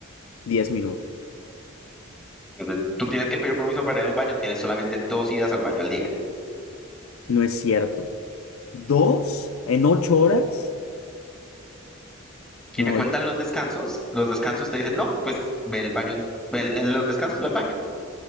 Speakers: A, on the left; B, in the centre.
A: diez minutos.
B: Entonces, tú tienes que pedir permiso para ir al baño, tienes solamente dos idas al baño al día.
A: No es cierto. ¿Dos en ocho horas?
B: Y
A: No,
B: te cuentan los descansos, los descansos te dicen, no, pues ve el baño, en, ve el- en los descansos ve al baño.